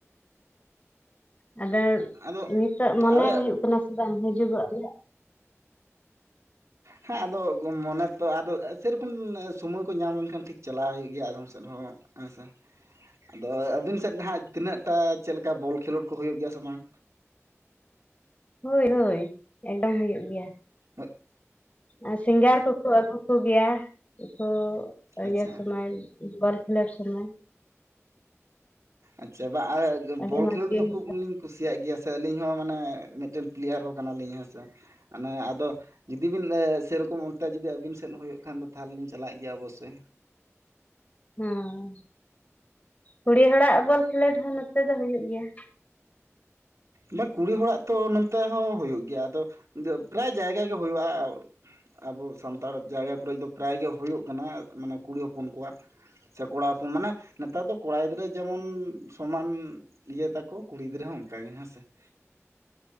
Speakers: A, on the left; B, on the right.
A: ᱟᱫᱚ
B: ᱟᱫᱚ
A: ᱱᱤᱛᱳ ᱢᱚᱱᱮ
B: ᱟᱞᱮ
A: ᱦᱩᱭᱩᱜ ᱠᱟᱱᱟ ᱥᱮ ᱵᱟᱝ ᱦᱤᱡᱩᱜᱚᱜ ᱨᱮᱭᱟᱜ?
B: ᱦᱮᱸ ᱟᱫᱚ ᱢᱚᱱᱮᱛᱚ ᱟᱫᱚ ᱡᱮᱨᱚᱠᱚᱢ ᱥᱳᱚᱢᱚᱭ ᱠᱚ ᱧᱟᱢ ᱞᱮᱱᱠᱷᱟᱱ ᱴᱷᱤᱠ ᱪᱟᱞᱟᱣ ᱦᱩᱭᱩᱜ ᱜᱮᱭᱟ ᱟᱫᱷᱚᱢ ᱥᱮᱫ ᱦᱚᱸ ᱾ ᱦᱮᱸ ᱥᱮ ᱟᱫᱚ ᱟᱹᱵᱤᱱ ᱥᱮᱫ ᱦᱟᱸᱜ ᱛᱤᱱᱟᱹᱜ ᱴᱟ ᱪᱮᱫ ᱞᱮᱠᱟ ᱵᱚᱞ ᱠᱷᱮᱞᱳᱰ ᱠᱚ ᱦᱩᱭᱩᱜ ᱜᱮᱭᱟ ᱥᱮ ᱵᱟᱝ?
A: ᱦᱳᱭ ᱦᱳᱭ ᱮᱰᱚᱢ ᱦᱩᱭᱩᱜ ᱜᱮᱭᱟ ᱾
B: ᱦ
A: ᱟᱨ ᱥᱤᱝᱜᱟᱨ ᱠᱚᱠᱚ ᱟᱹᱜᱩ ᱠᱚᱜᱮᱭᱟ ᱠᱚ
B: ᱟᱪᱪᱷᱟ
A: ᱤᱭᱟᱹ ᱥᱚᱢᱚᱭ ᱵᱚᱞ ᱠᱷᱮᱞᱚ ᱥᱚᱢᱚᱭ ᱾
B: ᱟᱪᱪᱷᱟ ᱵᱟ ᱟᱨ
A: ᱟᱹᱰᱤ
B: ᱵᱚᱞ
A: ᱢᱚᱡᱽ
B: ᱠᱷᱮᱞᱳᱰ ᱫᱚ
A: ᱦᱩᱭᱩᱜᱼᱟ
B: ᱠᱷᱩᱵ ᱜᱮ ᱞᱤ ᱠᱩᱥᱤᱭᱟᱜ ᱜᱮᱭᱟ ᱥᱮ ᱟᱹᱞᱤᱧ ᱦᱚᱸ ᱢᱟᱱᱮ ᱢᱤᱫᱴᱮᱱ ᱯᱞᱮᱭᱟᱨ ᱦᱚᱸ ᱠᱟᱱᱟᱞᱤᱧ ᱦᱮᱸ ᱥᱮ ᱦᱟᱱᱮ ᱾ ᱟᱫᱚ ᱡᱩᱫᱤ ᱵᱤᱱ ᱥᱮᱨᱚᱠᱚᱢ ᱚᱱᱛᱮ ᱡᱩᱫᱤ ᱟᱹᱵᱤᱱ ᱥᱮᱫ ᱦᱩᱭᱩᱜ ᱠᱷᱟᱱ ᱫᱚ ᱛᱟᱦᱚᱞᱮ ᱤᱧ ᱪᱟᱞᱟᱜ ᱜᱮᱭᱟ ᱚᱵᱚᱥᱳᱭ ᱾
A: ᱦᱮᱸ ᱠᱩᱲᱤ ᱦᱚᱲᱟᱜ ᱵᱚᱞ ᱠᱷᱮᱞᱳᱰ ᱦᱚᱸ ᱱᱚᱛᱮ ᱫᱚ ᱦᱩᱭᱩᱜ ᱜᱮᱭᱟ ᱾
B: ᱢᱟ ᱠᱩᱲᱤ ᱦᱚᱲᱟᱜ ᱛᱚ ᱱᱚᱱᱛᱮ ᱦᱚᱸ ᱦᱩᱭᱩᱜ ᱜᱮᱭᱟ ᱾ ᱟᱫᱚ ᱯᱨᱟᱭ ᱡᱟᱭᱜᱟ ᱜᱮ ᱦᱩᱭᱩᱜᱼᱟ ᱾ ᱟᱵᱚ ᱥᱟᱱᱛᱟᱲ ᱡᱟᱭᱜᱟ ᱠᱚᱨᱮᱜ ᱫᱚ ᱯᱨᱟᱭ ᱜᱮ ᱦᱩᱭᱩᱜ ᱠᱟᱱᱟ ᱾ ᱢᱟᱱᱮ ᱠᱩᱲᱤ ᱦᱚᱯᱚᱱ ᱠᱚᱣᱟᱜ ᱾ ᱥᱮ ᱠᱚᱲᱟ ᱦᱚᱯᱚᱱ ᱢᱟᱱᱮ ᱱᱮᱛᱟᱨ ᱫᱚ ᱠᱚᱲᱟ ᱜᱤᱫᱽᱨᱟᱹ ᱡᱮᱢᱚᱱ ᱥᱚᱢᱟᱱ ᱤᱭᱟᱹ ᱛᱟᱠᱚ ᱠᱩᱲᱤ ᱜᱤᱫᱽᱨᱟᱹ ᱦᱚᱸ ᱚᱱᱠᱟᱜᱮ ᱦᱮᱸᱥᱮ ᱾